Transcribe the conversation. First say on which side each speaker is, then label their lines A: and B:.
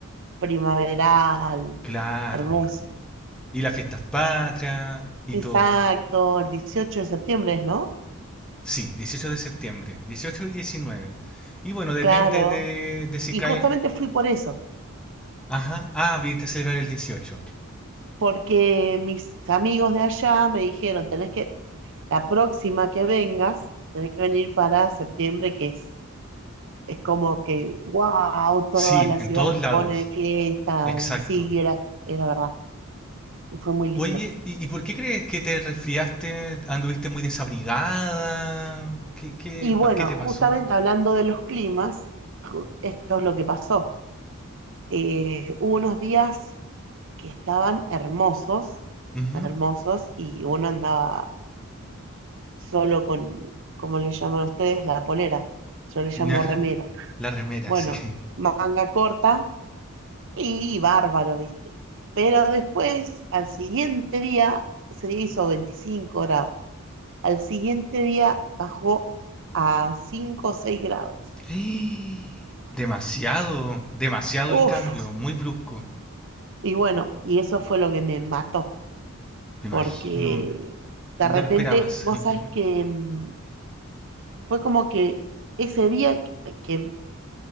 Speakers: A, on the right; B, in the centre.
A: primaveral,
B: <laughs> claro.
A: hermoso.
B: Y las fiestas patrias y
A: Exacto,
B: todo.
A: el 18 de septiembre es, ¿no?
B: Sí, 18 de septiembre, 18 y 19. Y bueno, depende
A: Claro,
B: de, de si
A: y
B: cae...
A: justamente fui por eso,
B: Ajá, ah, viniste a celebrar el dieciocho.
A: porque mis amigos de allá me dijeron, tenés que, la próxima que vengas, tenés que venir para septiembre, que es, es como que, wow, toda
B: Sí,
A: la
B: en
A: ciudad
B: todos
A: se
B: lados,
A: pone de fiesta,
B: exacto.
A: y sí, era, era verdad, y fue muy lindo.
B: Oye, ¿y, y por qué crees que te resfriaste? ¿Anduviste muy desabrigada? ¿Qué, qué,
A: Y bueno,
B: pa- qué te pasó?
A: justamente hablando de los climas, ju- esto es lo que pasó. Eh, hubo unos días que estaban hermosos,
B: Ujú,
A: hermosos, y uno andaba solo con, ¿cómo le llaman ustedes? La polera. Yo le llamo
B: Ajá,
A: remera.
B: la remera,
A: Bueno,
B: sí.
A: manga corta y bárbaro, ¿viste? Pero después, al siguiente día, ese día hizo 25 grados. Al siguiente día bajó a 5 o 6 grados.
B: <gasps> Demasiado, demasiado
A: Uf,
B: el cambio, muy brusco.
A: Y bueno, y eso fue lo que me mató,
B: Me imagino,
A: porque de
B: no
A: repente,
B: te lo esperabas.
A: vos
B: <laughs>
A: sabés que mm, fue como que ese día que, que-